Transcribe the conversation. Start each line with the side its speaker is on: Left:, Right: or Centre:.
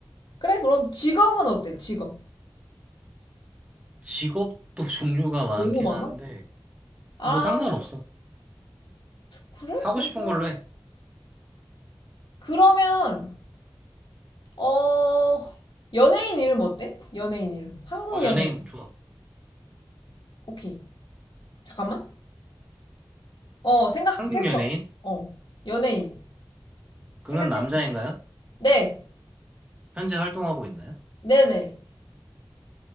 Left: 그래, 그럼 직업은 어때? 직업.
Right: 직업도 <laughs> 종류가 많긴
Left: 너무 많아?
Right: 한데
Left: 아,
Right: 뭐 상관없어.
Left: 그래?
Right: 하고
Left: 그러면,
Right: 싶은 걸로 해.
Left: 그러면, 어, 연예인 이름 어때? 연예인 이름. 한국
Right: 어, 연예인
Left: 연예인.
Right: 좋아.
Left: 오케이. 잠깐만. 어, 생각했어.
Right: 한국 연예인?
Left: 어, 연예인.
Right: 그는
Left: 생각했어.
Right: 남자인가요?
Left: 네,
Right: 현재 활동하고 있나요?
Left: 네네.